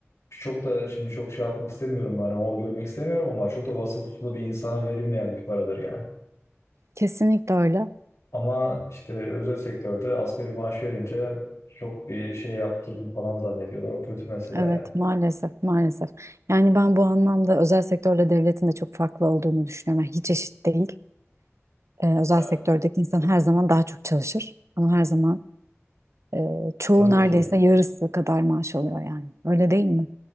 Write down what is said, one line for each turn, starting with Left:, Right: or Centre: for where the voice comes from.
Left: çok da şimdi çok şey yapmak istemiyorum hani hor görmek istemiyorum ama çok da vasıflı bir insana verilmeyen bir paradır yani.
Right: Kesinlikle öyle.
Left: Ama işte özel sektörde asgari maaş verince çok bir şey yaptım falan zannediyorlar. O kötü mesela
Right: Evet
Left: yani.
Right: maalesef maalesef. Yani ben bu anlamda özel sektörle devletin de çok farklı olduğunu düşünüyorum. Yani hiç eşit değil. Ee, özel
Left: Ha,
Right: sektördeki insan her zaman daha çok çalışır. Ama her zaman e, çoğu
Left: Tabii
Right: neredeyse
Left: ki.
Right: yarısı kadar maaş alıyor yani. Öyle değil mi?